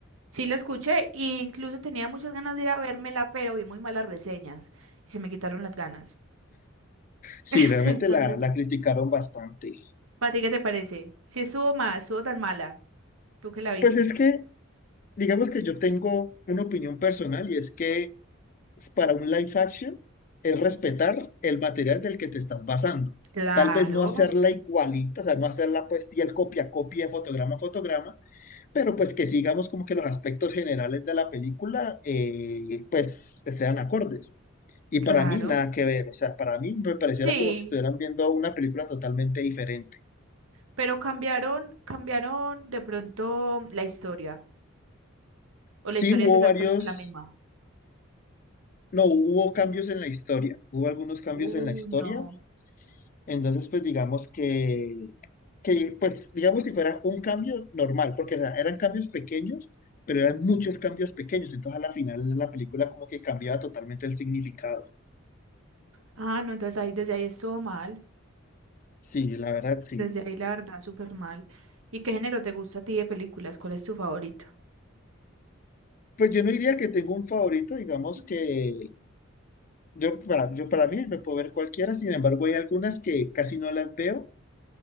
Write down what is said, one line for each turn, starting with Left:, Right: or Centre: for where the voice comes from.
Right: Sí, la escuché e incluso tenía muchas ganas de ir a vérmela, pero vi muy malas reseñas y se me quitaron las ganas.
Left: Sí,
Right: <laughs>
Left: realmente
Right: Entonces,
Left: la, la criticaron bastante.
Right: ¿para ti qué te parece? Si estuvo mal, estuvo tan mala, tú que la viste.
Left: Pues es que, digamos que yo tengo una opinión personal y es que para un live action es respetar el material del que te estás basando.
Right: Claro,
Left: Tal vez no hacerla igualita, o sea, no hacerla pues el copia, a copia, fotograma, a fotograma, pero pues que sigamos como que los aspectos generales de la película eh, pues sean acordes. Y
Right: claro.
Left: para mí nada que ver, o sea, para mí me pareciera
Right: Sí,
Left: como si estuvieran viendo una película totalmente diferente.
Right: pero cambiaron, cambiaron de pronto la historia. O
Left: Sí
Right: la historia
Left: hubo
Right: es exactamente
Left: varios,
Right: la misma.
Left: no, hubo cambios en la historia, hubo algunos cambios
Right: Uy,
Left: en la historia,
Right: no.
Left: Entonces, pues digamos que, que, pues digamos si fuera un cambio normal, porque era- eran cambios pequeños, pero eran muchos cambios pequeños. Entonces, a la final la película como que cambiaba totalmente el significado.
Right: Ah, no, entonces ahí, desde ahí estuvo mal.
Left: Sí, la verdad, sí.
Right: Desde ahí, la verdad, súper mal. ¿Y qué género te gusta a ti de películas? ¿Cuál es tu favorito?
Left: Pues yo no diría que tengo un favorito, digamos
Right: Ujú.
Left: que yo para, yo para mí me puedo ver cualquiera, sin embargo hay algunas que casi no las veo